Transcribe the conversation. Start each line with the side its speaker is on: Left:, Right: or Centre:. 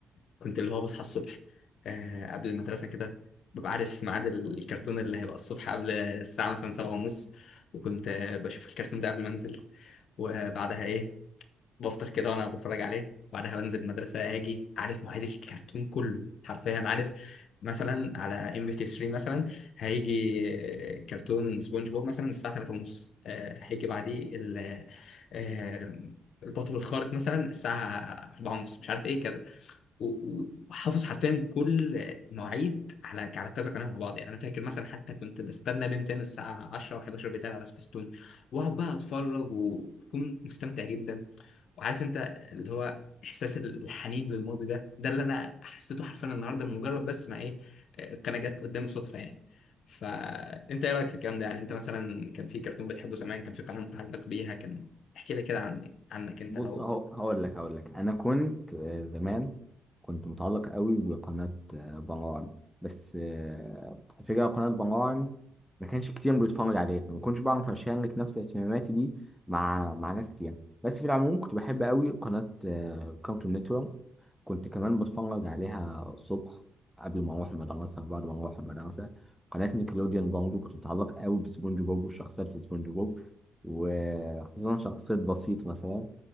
Left: كنت اللي هو بصحى الصبح آه، قبل المدرسة كده ببقى عارف ميعاد الكرتون اللي هيبقى الصبح قبل الساعة مثلا سبعة ونص وكنت آه، بشوف الكرتون ده قبل ما انزل وبعدها ايه بفطر كده وانا بتفرج عليه بعدها بنزل المدرسه اجي عارف مواعيد الكرتون كله حرفيا عارف مثلا على ام بي 3 مثلا هيجي كرتون سبونج بوب مثلا الساعه 3 ونص آه، هيجي بعديه ال آه، البطل الخارق مثلا الساعه 4 ونص مش عارف ايه كذا و- و- وحافظ حرفيا كل مواعيد على على كذا قناه مع بعض يعني انا فاكر مثلا حتى كنت بستنى بنتين الساعه 10 و11 بتاعي على سبيستون واقعد بقى اتفرج واكون مستمتع جدا وعارف انت اللي هو احساس الحنين للماضي ده ده اللي انا حسيته حرفيا النهارده من مجرد بس ما ايه القناه جت قدامي صدفه يعني فانت ايه رايك في الكلام ده يعني انت مثلا كان في كرتون بتحبه زمان كان في قناه متعلق بيها كان احكي لي كده عن عنك انت
Centre: بص
Left: لو
Centre: اهو هقول لك هقول لك انا كنت آه، زمان كنت متعلق قوي بقناه آه، بنغوان بس آه، الفكره قناه بنغوان ما كانش كتير بيتفرج عليها فما كنتش بعرف اشارك نفس اهتماماتي دي مع مع ناس كتير بس في العموم كنت بحب قوي قناه آه، كارتون نتورك كنت كمان بتفرج عليها الصبح قبل ما اروح المدرسه وبعد ما اروح المدرسه قناه نيكلوديان برضه كنت متعلق قوي بسبونج بوب والشخصيات في سبونج بوب وخصوصا شخصيه بسيط مثلا